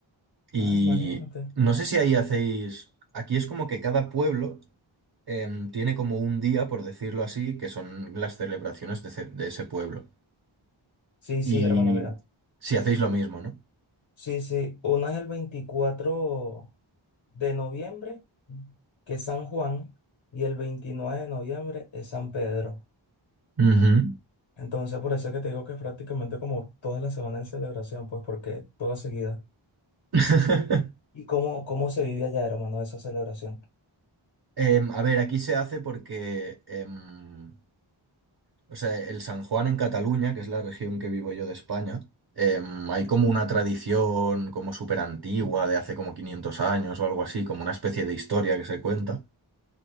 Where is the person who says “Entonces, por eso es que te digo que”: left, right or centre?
Left